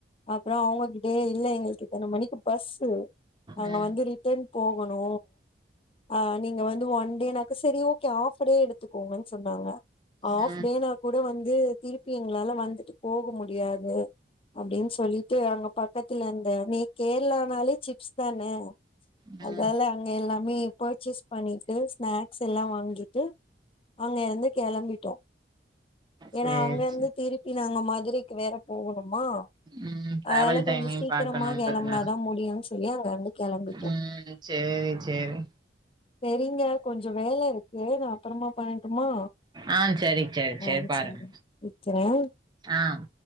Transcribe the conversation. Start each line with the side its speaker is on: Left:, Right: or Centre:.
Left: அப்புறோ அவுங்ககிட்டயே இல்ல எங்களுக்கு இத்தன மணிக்கி பஸ்ஸு நாங்க
Right: ம்
Left: வந்து ரிட்டன் போகணு அஹ் நீங்க வந்து ஒன் டேனாக்கா செரி ஓகே ஹப்ஃடே எடுத்துக்கோங்கன் சொன்னாங்க ஹாப்ஃடேனா
Right: ம்
Left: கூட வந்து திருப்பி எங்களால வந்து போக முடியாது அப்டின்னு சொல்லிட்டு அங்க பக்கத்துல இருந்த நீ கேரளானாலே சிப்ஸ் தான
Right: ம்
Left: அதால அங்க எல்லாமே பர்ச்சேஸ் பண்ணிட்டு ஸ்நாக்ஸ் எல்லா வாங்கிட்டு அங்கருந்து கெளம்பிட்டோ
Right: சேரி
Left: ஏனா அங்கருந்து
Right: சேரி
Left: திருப் இதுல நாங்க மதுரைக்கு வேற போகணுமா
Right: ம் டிராவல்
Left: அதனால
Right: டைமையு
Left: கொஞ்சோ சீக்கிரமா
Right: பாக்கணுன்றதுனால
Left: கெளம்பனாதா முடியுன்னு சொல்லி அங்கருந்து கெளம்பிட்டோ
Right: ம் சேரி சேரி
Left: சேரிங்க கொஞ்சோ வேலருக்கு நா அப்புற மா பண்ணட்டுமா
Right: ஆஹ் செரி செரி செரி
Left: ஆ
Right: பாருங்க
Left: வெக்கிறே
Right: ஆஹ்